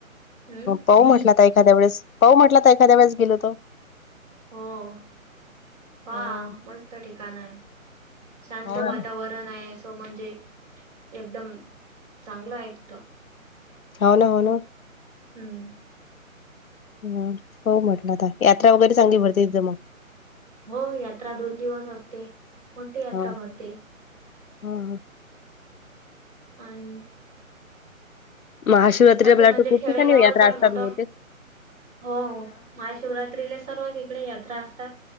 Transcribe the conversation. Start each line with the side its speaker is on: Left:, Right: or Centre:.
Right: हम्म
Left: पाह म्हटला तर एखाद्या वेस पाहऊ म्हटला तर एखाद्याेळेस गेलोतो
Right: हम हा
Left: हो
Right: मस्त ठिकाण आहे शांत
Left: ना
Right: वातावरण आहे तो म्हणजे एकदम चांगला आहे तिथ
Left: होन होन
Right: हम्म
Left: ह होह म्हटलं आता यात्रा वगैरे सांगली भरते एकद मग
Right: हो यात्रा दोन दिवस असते मोठी यात्रा
Left: हा
Right: भरते
Left: हा हा
Right: अन
Left: महाशिवरात्री
Right: असं म्हणजे
Left: खूप
Right: खेडेगावच
Left: ठिकाणी यात्रा
Right: आहे
Left: असतात
Right: मोठं
Left: बते
Right: हो महाशिवरात्रीले सर्वच इकडे यात्रा असतात